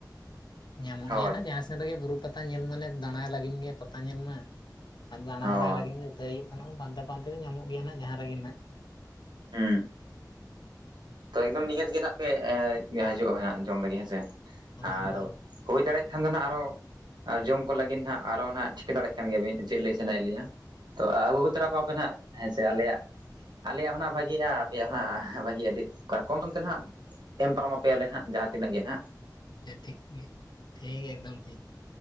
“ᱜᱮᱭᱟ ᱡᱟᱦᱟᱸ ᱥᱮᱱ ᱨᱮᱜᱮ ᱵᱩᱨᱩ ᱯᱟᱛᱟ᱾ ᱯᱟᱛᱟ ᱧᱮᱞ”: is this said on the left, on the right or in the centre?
Left